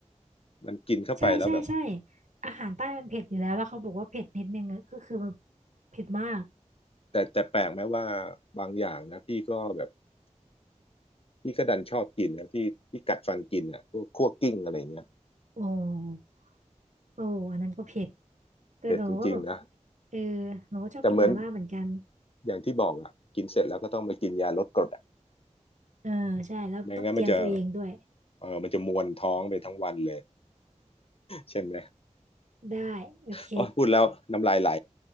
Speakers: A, on the left (about 50°); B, on the right (about 70°).
A: มันกินเข้าไปแล้วแบบ
B: ใช่ใช่ใช่อาหารใต้มันเผ็ดอยู่แล้วแล้วเขาบอกว่าเผ็ดนิดนึงอะก็คือแบบเผ็ดมาก
A: แต่แต่แปลกไหมว่าบางอย่างนะพี่ก็แบบพี่ก็ดันชอบกินนะพี่พี่กัดฟันกินอ่ะพวกคั่วกลิ้งอะไรเงี้ย
B: โอ้โอ้อันนั้นก็เผ็ดแต่หนูก็แบบ
A: เผ็ดจริงๆนะ
B: เออหนูก็ชอบกินหม่าล่าเหมือนกัน
A: แต่เหมือนอย่างที่บอกอ่ะกินเสร็จแล้วก็ต้องไปกินยาลดกรดอ่ะ
B: เออใช่แล้วต้องเตรียมตัวเองด้วย
A: ไม่งั้นมันจะเออมันจะมวนท้องไปทั้งวันเลย <laughs> ใช่ไหม
B: ได้โอเค
A: โอ้ยพูดแล้วน้ำลายไหล